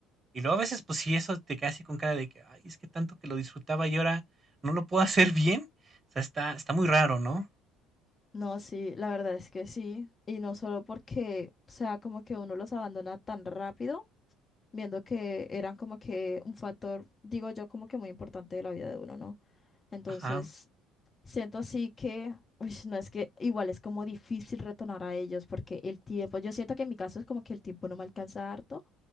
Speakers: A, on the right; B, on the left.
A: Y luego a veces, pues sí, eso te queda así con cara de que, ay, es que tanto que lo disfrutaba y ahora no lo puedo <laughs> hacer bien. O sea, está, está muy raro, ¿no?
B: No, sí, la verdad es que sí. Y no solo porque, o sea, como que uno los abandona tan rápido, viendo que eran como que un factor, digo yo, como que muy importante de la vida de uno, ¿no? Entonces,
A: Ajá,
B: Siento así que, uy, no es que igual es como difícil retornar a ellos porque el tiempo, yo siento que en mi caso es como que el tiempo no me alcanza harto